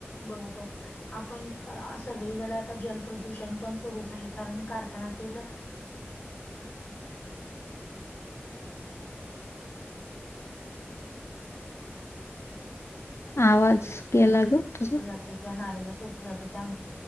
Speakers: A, on the left (about 25°); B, on the left (about 80°).
A: बरोबर. आपण सगळीकडे आता जलप्रदूषण पण सुरूच आहे कारण कारखान्यातील
B: आवाज गेला ग. तुझा
A: जात किंवाल्याला सटलं जात त्या